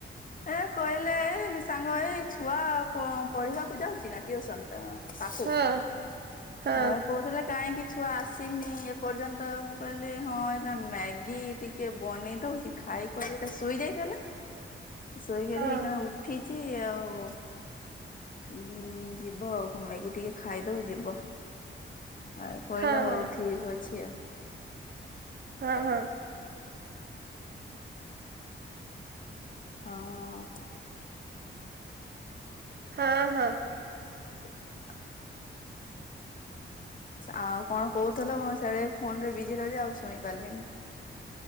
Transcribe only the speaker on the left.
ଏ କହିଲେ ଏ ସାଙ୍ଗ ଏଇ ଛୁଆ ପ- ପଢିବାକୁ ଯାଉଛି ନା ଟିଉସନ। ତା ପାଖକୁ
ଆ କହୁଥିଲେ। କାହିଁକି ଛୁଆ ଆସିନି ଏପର୍ଯ୍ୟନ୍ତ ମୁଁ କହିଲି ହଁ ଏ ମ୍ୟାଗି ଟିକେ ବନେଇ ଖାଇ ଖଆକି ଶୋଇ ଯାଇଥିଲା। ଶୋଇକରି
ଏଇଖିନା ଉଠିଚି ଏଉ ଉଁ ଯିବ ଆଉ କଣ ମ୍ୟାଗି ଟିକେ ଖାଇଦବ ଯିବ। ଆ କହିଲେ
ହଉ
ଠିକ୍ ଅଛି ଆ।
ହଁ।
<inaudible> ଆଉ କଣ କହୁଥିଲ ମୁଁ ସେ ଫୋନରେ ବିଜି ରହିଲି ଆଉ ଶୁଣି ପାରିଲିଣି।